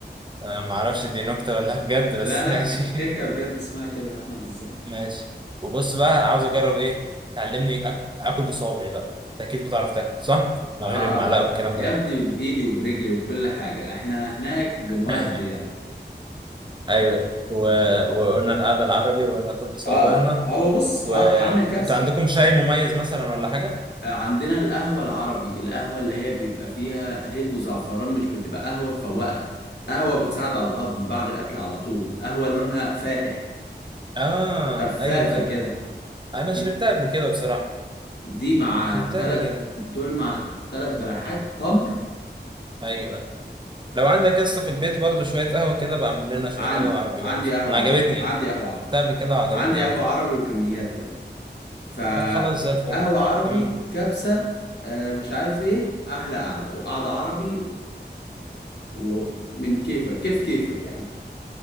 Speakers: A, on the right (about 25°); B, on the left (about 70°).
A: آه، معرفش دي نكتة ولا بجد بس
B: لا لا
A: ماشي
B: ك- كيكه بجد اسمها كده احمد الزامل
A: ماشي وبص بقى عاوز اجرب ايه تعلمني أك... اكل بصوابعي بقى انت اكيد بتعرف تاكل صح
B: آه,
A: من غير
B: آه,
A: المعلقه والكلام
B: آه يا
A: ده
B: ابني بإيدي وبرجلي وكل حاجة احنا هناك بنودي
A: <laughs>
B: يعني
A: ايوه و... وقلنا القعده العربي وقلنا اكل بصوابعنا
B: آه آه هو بص ه-
A: وانتوا
B: هعمل كبسة
A: عندكم شاي مميز مثلا ولا حاجه
B: آه، عندنا القهوة العربي القهوة اللي هي بيبقى فيها هيل وزعفران مش بتبقى قهوة تفوقك قهوة بتساعد على الهضم بعد الأكل على طول قهوة لونها فاتح
A: اه
B: شفافة
A: ايوه ايوه
B: كده
A: انا شربتها
B: دي
A: قبل كده بصراحه
B: دي مع
A: شربتها
B: تلت
A: قبل كده
B: دول مع تلت بلحات تمر
A: ايوه ايوه لو عندك قصه في البيت برضو شويه قهوه كده بعمل لنا شويه
B: عندي
A: قهوه عربي برضو
B: عندي قهوة
A: انا
B: عربي
A: عجبتني
B: عندي قهوة عربي
A: شفتها قبل كده وعجبتني
B: عندي
A: قوي
B: قهوة عربي وكميات كمان فقهوة
A: طب خلاص زي الفل
B: عربي
A: تمام
B: كبسة آه، مش عارف ايه احلى قعدة وقعدة عربي ومن كيفك كيف كيفك يا عم